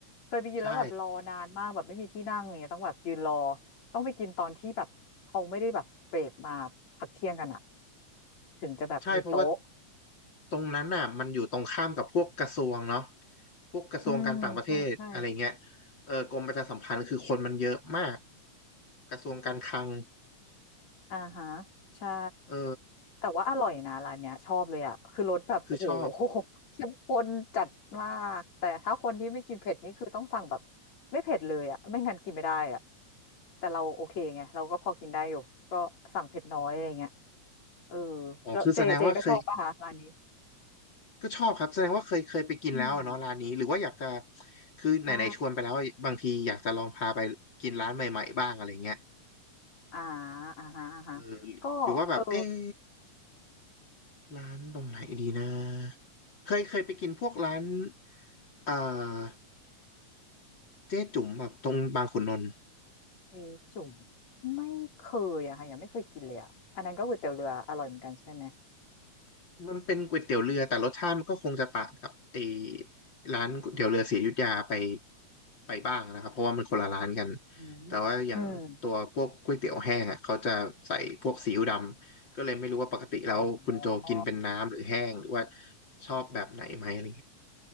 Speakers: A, on the left; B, on the left.
A: เคยไปกินแล้วแบบรอนานมากแบบไม่มีที่นั่งอย่างเงี้ยต้องแบบยืนรอ
B: ใช่
A: ต้องไปกินตอนที่แบบเขาไม่ได้แบบเบรกมาพักเที่ยงกันอะถึงจะแบบมีโต๊ะ
B: ใช่เพราะว่าตรงนั้นน่ะมันอยู่ตรงข้ามกับพวกกระทรวงเนาะพวกกระทรวงการต่างประเทศอะไรเงี้ย
A: อืม ใช่ใช่
B: เออกรมประชาสัมพันธ์คือคนมันเยอะมากกระทรวงการคลัง
A: อ่าฮะใช่
B: เออ
A: แต่ว่าอร่อยนะร้านเนี้ยชอบเลยอ่ะคือรสแบบโอ้โห
B: คือชอบ
A: <laughs> เข้มข้นจัดมากแต่ถ้าคนที่ไม่กินเผ็ดนี่คือต้องสั่งแบบไม่เผ็ดเลยอ่ะไม่งั้นกินไม่ได้อ่ะแต่เราโอเคไงเราก็พอกินได้อยู่ก็สั่งเผ็ดน้อยอะไรเงี้ยเออ
B: อ๋อคือแสดงว่าเคย
A: แล้วเจเจก็ชอบป่ะคะร้านนี้
B: ก็ชอบครับแสดงว่าเคยเคยไปกินแล้วอะเนาะร้านนี้หรือว่าอยากจะ
A: อืม
B: คือไหนๆชวนไปแล้วอะบางทีอยากจะลองพาไปกินร้านใหม่ๆบ้างอะไรเงี้ย
A: ใช่อ่าอ่าฮะอ่าฮะก็เออ
B: เออหรือว่าแบบเอ๊ะร้านตรงไหนดีนะเคยเคยไปกินพวกร้านเอ่อ เจ๊จุ๋มแบบตรงบางขุนนนท์
A: เอจุ่มไม่เคยอะค่ะยังไม่เคยกินเลยอะอันนั้นก็ก๋วยเตี๋ยวเรืออร่อยเหมือนกันใช่ไหม
B: มันเป็นก๋วยเตี๋ยวเรือแต่รสชาติมันก็คงจะต่างกับไอ้ร้านก๋วยเตี๋ยวเรือศรีอยุธยาไปไปบ้างนะครับเพราะว่ามันคนละร้านกัน
A: อืมอืม
B: แต่ว่าอย่างตัวพวกก๋วยเตี๋ยวแห้งอ่ะเขาจะใส่พวกซีอิ๊วดำก็เลยไม่รู้ว่าปกติแล้วคุณโจกินเป็นน้ำหรือแห้งหรือว่า
A: อ๋อ
B: ชอบแบบไหนไหมอะไรเงี้ย